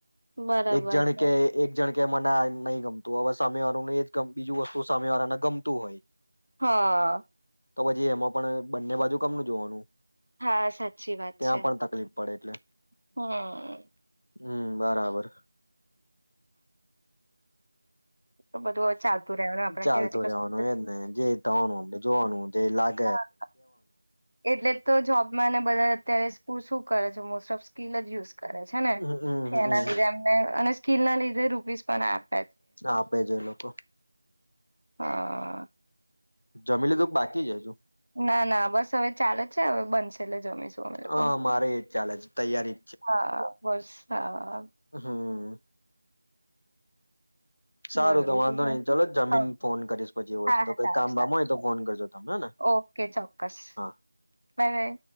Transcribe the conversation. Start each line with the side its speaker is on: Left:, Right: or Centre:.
Right: બરાબર
Left: એક જણ
Right: છે.
Left: કે એક જણ કે મને આ નહી ગમતું. હવે સામે વાળું એ જ બીજું વસ્તુ સામે વાળાને ગમતું હોય.
Right: હા.
Left: તો પછી એમાં પણ બંને બાજુ કમનું જોવાનું.
Right: હા સાચી વાત
Left: ત્યાં
Right: છે.
Left: પણ તકલીફ પડે
Right: હમમ
Left: હમમ બરાબર.
Right: તો બધું ચાલતું રહેવાનું આપડે
Left: ચાલતો
Right: કહેવાથી કશું
Left: રેવાનું એજ ને જે થવાનુંમ જોવાનું જે લાગ
Right: હા એટલે તો જોબમાં ને બધા અત્યારે તું શું કરે છે મોસ તમ સ્કીલ નથી યુઝ કરે છે ને
Left: હમ
Right: કે
Left: હમ
Right: એના
Left: હમ
Right: લીધે અમને અને કિલ્લના લીધે રૂપીસ પણ આપ
Left: આપે છે એ લોકો.
Right: હા.
Left: જમી લીધું કે બાકી છે હજું?
Right: ના, ના બસ હવે ચાલે જ છે હવે બનશે એટલે જમીશું અમે લોકો.
Left: હા મારે એજ ચાલે છે તૈયારી
Right: હા બસ. હા.
Left: હમ્મ. <inaudible> સારું
Right: બરોબર
Left: તો વાંધો નઈ ચલોન જમીન
Right: હા
Left: ફોન કરીશ પછી એવું
Right: હા
Left: હશે તો, કઈ
Right: સારું
Left: કામ
Right: સારું
Left: બામ હોય
Right: ચાલ
Left: તો ફોન કરજો તમે હેને.
Right: ઓકે ચોક્કસ
Left: હા.
Right: Bye bye